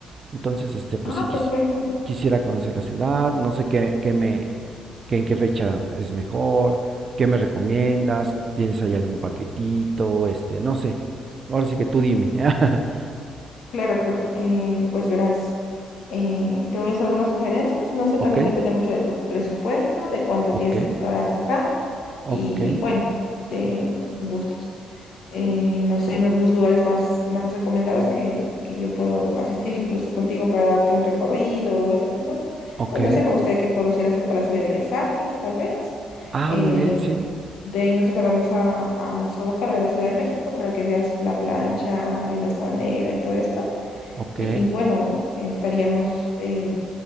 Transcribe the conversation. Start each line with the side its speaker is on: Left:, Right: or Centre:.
Right: Entonces, este, pues
Left: Ah,
Right: sí quis-
Left: perfecto.
Right: quisiera conocer la ciudad, no sé qué, qué me, qué en qué fecha es mejor, qué me recomiendas, tienes ahí algún paquetito, este, no sé. Ahora sí que tú dime. <laughs>
Left: Claro, claro. Eh, pues verás, eh, te voy a hacer algunas sugerencias. No sé,
Right: Ok,
Left: también depende mucho de tu presupuesto, de cuántos
Right: ok,
Left: días estarás acá
Right: ok,
Left: y bueno, de gustos. Eh, no sé, no- los lugares más, más recomendados que, que yo puedo asistir incluso contigo para darte un recorrido o esas cosas.
Right: ok.
Left: Pues no sé, me gustaría que conocieras el Palacio de Bellas Artes, tal vez.
Right: Ah,
Left: Eh,
Right: muy bien, sí.
Left: de ahí nos trasladamos a- al Zócalo de la Ciudad de México para que veas la plancha, el hasta bandera y todo esto.
Right: Ok.
Left: Y bueno, estaríamos eh,